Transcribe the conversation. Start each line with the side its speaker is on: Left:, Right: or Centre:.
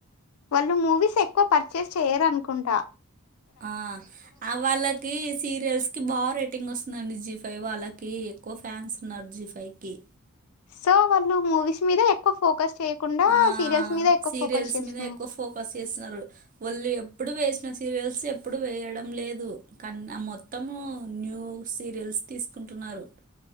Left: వాళ్ళు మూవీస్ ఎక్కు పర్చెస్ చెయ్ రనుకుంటా
Right: ఆ ఆ వాళ్ళకి సీరియల్స్ కి బా రెట్ టింగోస్తుందండి జి ఫై వాళ్ళకి ఎక్కువ ఫ్యాన్స్ ఉన్నరు జి ఫై కి
Left: సో వాళ్ళు మూవీస్ మీద ఎక్కు ఫోకస్ చేయకుండా
Right: ఆ
Left: సీరియల్స్
Right: ఆ
Left: మీద ఎక్కువ
Right: సీరియల్స్
Left: ఫోకస్ చేస్తున్నారు
Right: మీద ఎక్కువ్ ఫోకస్ సేస్సున్నరు ఒళ్ళి ఎప్ ప్పుడు వేశ్న సీరియల్స్ ఎప్పుడు వేయడం లేదు కన్నా మొత్తము న్యూ సీరియల్స్ తీస్ కుంటున్నారు